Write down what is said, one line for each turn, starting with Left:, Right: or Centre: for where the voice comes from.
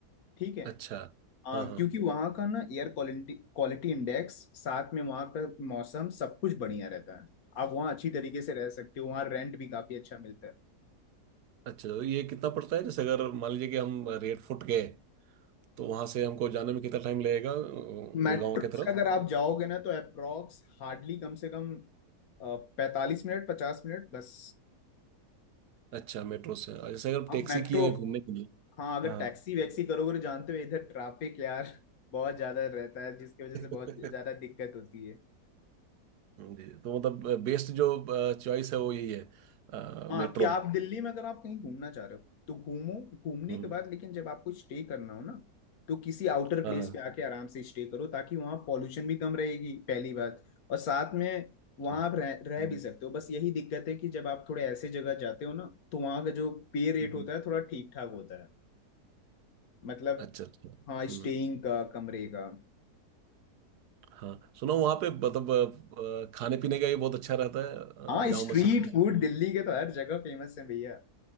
Left: ठीक है
Right: अच्छा
Left: आ,
Right: हाँ
Left: क्योंकि
Right: हाँ
Left: वहाँ का ना एयर क्वालिटी क्वालिटी इंडेक्स साथ में वहाँ का मौसम सब कुछ बढ़िया रहता है आप वहाँ अच्छी तरीके से रह सकते हो वहाँ रेंट भी काफी अच्छा मिलता है
Right: अच्छा तो ये कितना पड़ता है जैसे अगर मान लीजिए कि हम रेड फुट गए तो वहाँ से हमको जाने में कितना टाइम लगेगा अ,
Left: मेट्रो
Right: गुड़गांव की तरफ
Left: से अगर आप जाओगे ना तो अप्रोक्स हार्डली कम से कम पैंतालीस मिनट पचास मिनट बस
Right: अच्छा मेट्रो से और जैसे अगर
Left: हम
Right: टैक्सी
Left: मेट्रो
Right: की है घूमने के लिए
Left: हाँ अगर
Right: हाँ
Left: टैक्सी वैक्सी करोगे तो जानते हो इधर ट्रैफिक यार <laughs> बहुत ज्यादा रहता है जिसकी वजह
Right: <laughs>
Left: से बहुत ज्यादा दिक्कत होती है
Right: जी तो मतलब बेस्ट जो चॉइस है वो यही है
Left: हाँ
Right: मेट्रो
Left: कि आप दिल्ली में अगर आप कहीं घूमना चाह रहे हो तो घूमो घूमने
Right: हम्म
Left: के बाद लेकिन जब आपको स्टे करना हो ना तो किसी आउटर प्लेस
Right: हाँ हाँ
Left: पे आके आराम से स्टे करो ताकि वहाँ पॉल्यूशन भी कम रहेगी पहली बात और साथ में
Right: अच्छा,
Left: वहाँ आप रह, रह
Right: हम्म,
Left: भी सकते हो बस यही दिक्कत है कि जब आप थोड़े ऐसे जगह जाते हो ना तो वहाँ का जो पे रेट
Right: हम्म।
Left: होता है थोड़ा ठीक ठाक होता है मतलब
Right: अच्छा अच्छा
Left: हाँ
Right: हम्म
Left: स्टेइंग का कमरे का
Right: हाँ सुनो वहाँ पे मतलब अ, अ, खाने पीने का ये बहुत अच्छा रहता है
Left: हाँ
Right: अ, जामा
Left: स्ट्रीट
Right: मस्जिद का
Left: फूड दिल्ली के तो हर जगह फेमस है भैया